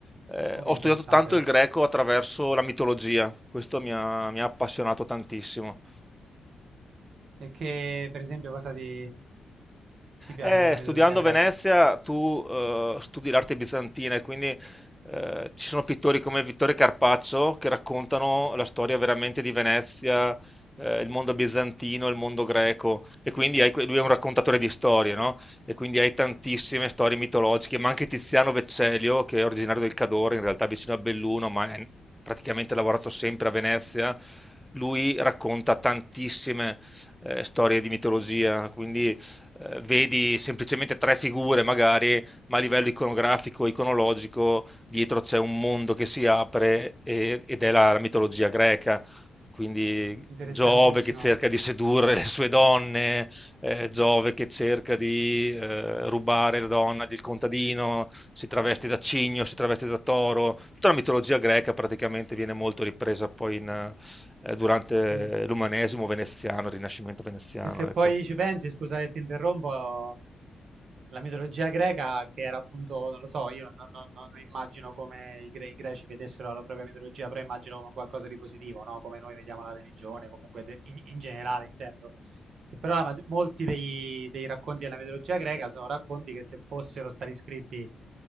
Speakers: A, in the centre; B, on the right (about 70°).
A: eh,
B: Comunque
A: ho studiato
B: interessante.
A: tanto il greco attraverso la mitologia. Questo mi ha mi ha appassionato tantissimo.
B: E che, per esempio, cosa ti... Ti piace
A: Eh,
B: della mitologia
A: studiando
B: greca?
A: a Venezia tu eh, studi l'arte bizantina e quindi eh, ci sono pittori come Vittorio Carpaccio che raccontano la storia veramente di Venezia, eh, il mondo bizantino, il mondo greco e quindi hai que- lui è un raccontatore di storie, no? E quindi hai tantissime storie mitologiche, ma anche Tiziano Vecellio che è originario del Cadore, in realtà vicino a Belluno, ma è praticamente lavorato sempre a Venezia, lui racconta tantissime eh, storie di mitologia, quindi eh, vedi semplicemente tre figure magari, ma a livello iconografico, iconologico, dietro c'è un mondo che si apre e- ed è la, la mitologia greca. Quindi
B: Interessantissimo.
A: Giove che cerca di sedurre le sue donne, eh, Giove che cerca di eh, rubare la donna del contadino, si traveste da cigno, si traveste da toro. Tutta la mitologia greca praticamente viene molto ripresa poi in, eh, durante
B: Sì.
A: l'umanesimo veneziano, il Rinascimento veneziano,
B: Che se
A: ecco.
B: poi ci pensi, scusa che ti interrompo, la mitologia greca, che era appunto, non lo so, io non, non- non immagino come i, gre- i greci vedessero la propria mitologia, però immagino come un qualcosa di positivo, no? Come noi vediamo la religione, comunque de- in, in generale intendo. Che però la maggi- molti dei, dei racconti della mitologia greca sono racconti che se fossero stati scritti